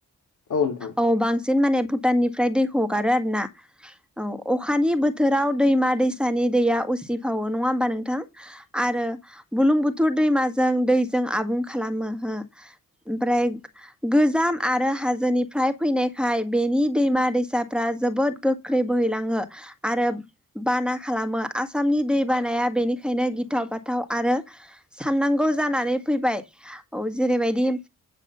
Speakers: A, on the left; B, in the centre.
A: औ नोंथां औ नोंथां
B: औ बांसिन माने भुटाननिफ्राय दैखौ हगारो आरो ना औ अखानि बोथोराव दैमा दैसानि दैया उसिफावो नङा होमबा नोंथां आरो बुरलुं बुथोर दैमाजों दैजों आबुं खालामो हो ओमफ्राय गोजाम आरो हाजोनिफ्राय फैनायखाय बेनि दैमा दैसाफ्रा जोबोद गोख्रों बोहैलाङो आरो बाना खालामो आसामनि दै बानाया बेनिखायनो गिथाव बाथाव आरो साननांगौ जानानै फैबाय औ जेरैबायदि